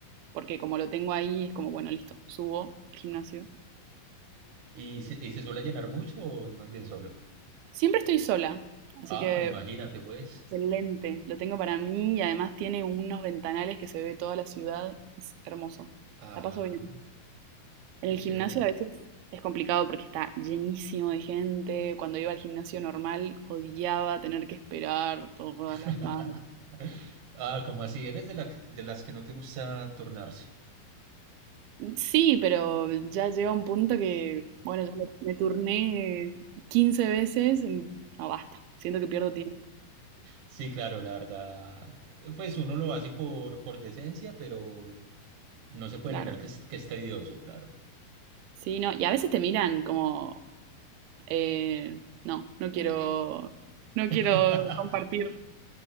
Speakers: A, on the right; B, on the right.
A: porque como lo tengo ahí, es como, bueno, listo, subo al gimnasio.
B: ¿Y se, y se suele llenar mucho o es más bien solo?
A: Siempre estoy sola, así
B: Ah,
A: que
B: imagínate pues.
A: excelente, lo tengo para mí y además tiene unos ventanales que se ve toda la ciudad, es hermoso.
B: Ah,
A: La paso bien. En
B: qué
A: el
B: chévere.
A: gimnasio a veces es complicado porque está llenísimo de gente. Cuando iba al gimnasio normal odiaba tener que esperar todas
B: <laughs>
A: las máquinas.
B: Ah, como así, eres de, la- de las que no te gusta turnarse.
A: Sí, pero ya llega un punto que, bueno, yo me, me turné 15 veces, mm, no basta, siento que pierdo tiempo,
B: Sí, claro, la verdad, pues uno lo hace por, por decencia, pero no se puede
A: claro.
B: negar que es, que es tedioso, claro.
A: Sí, no, y a veces te miran como, eh, no, no quiero, no
B: <laughs>
A: quiero compartir.